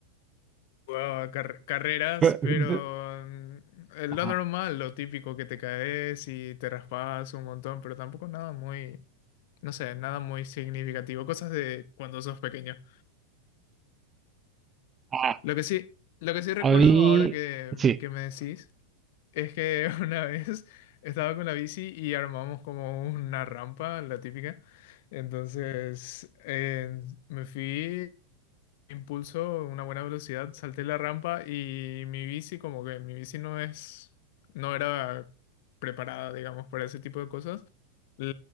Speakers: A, on the left; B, on the right.
A: jugaba car- carreras,
B: Pe- de-
A: pero mm, es
B: Ajá.
A: lo normal, lo típico que te caes y te raspas un montón, pero tampoco nada muy, no sé, nada muy significativo, cosas de cuando sos pequeño.
B: Ah,
A: Lo que sí, lo que sí recuerdo
B: a mí,
A: ahora que,
B: sí.
A: que me decís es que <laughs> una vez estaba con la bici y armamos como una rampa, la típica. Entonces eh, me fui impulso, una buena velocidad, salté la rampa y mi bici, como que mi bici no es, no era preparada, digamos, para ese tipo de cosas. El,